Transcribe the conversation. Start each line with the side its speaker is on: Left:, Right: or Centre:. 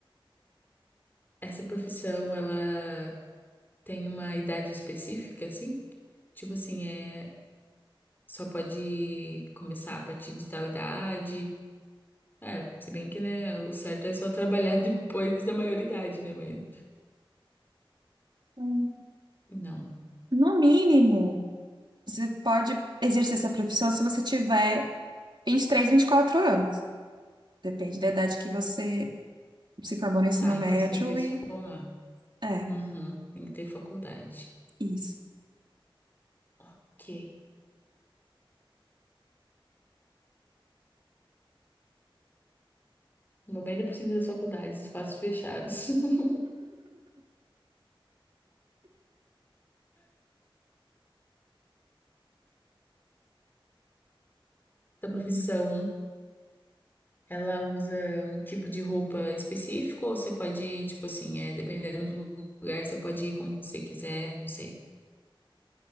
Left: Essa profissão, ela tem uma idade específica, assim? Tipo assim, é só pode começar a partir de tal idade. É, se bem que, né, o certo é só trabalhar <laughs> depois da maioridade, né? Mas
Right: Hum.
Left: não.
Right: No mínimo, você pode exercer essa profissão se você tiver 23, 24 anos. Depende da idade que você se formou no ensino
Left: Tá,
Right: médio
Left: então você tem que se
Right: e
Left: formar.
Right: é
Left: Uhum, tem que ter faculdade.
Right: isso.
Left: Ok. noventa por cento das faculdades, espaços fechados. <laughs> Da profissão,
Right: Hum.
Left: ela usa um tipo de roupa específico ou você pode ir, tipo assim, é, dependendo do lugar, você pode ir como você quiser, não sei.